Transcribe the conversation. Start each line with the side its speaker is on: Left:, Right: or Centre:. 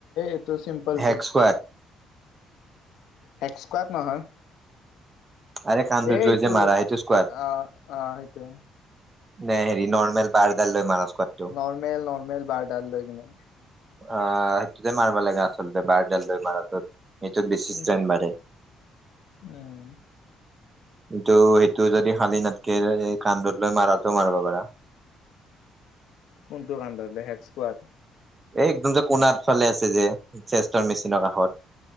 Left: এইটো চিম্পলটোত
Right: হেগস্কোৱাট
Left: হেগস্কোৱাট নহয়।
Right: আৰে কান্ধুত
Left: এইটো
Right: লৈ যে মাৰা সেইটো স্কোৱাড
Left: অ অ সেইটো।
Right: নে হেৰি নৰ্মেল বাৰডাল লৈ মাৰা স্কুৱাত।
Left: নৰ্মেল নৰ্মেল বাৰ ডাল লৈ কিনে।
Right: আহ সেইটোতে মাৰিব লাগে আচলতে বাৰডাল মাৰাটোত এইটোত বেছি
Left: উম।
Right: ট্ৰেন বাঢ়ে।
Left: উম।
Right: কিন্তু সেইটো যদি শালি নাথকে কান্ধত লৈ মাৰাটো মাৰিব পাৰা।
Left: কোনটো কানধত লয় হেটস্কোৱাত?
Right: এই একদম যে কোণাত ফালে আছে যে চেষ্টৰ মেচিনৰ কাষত,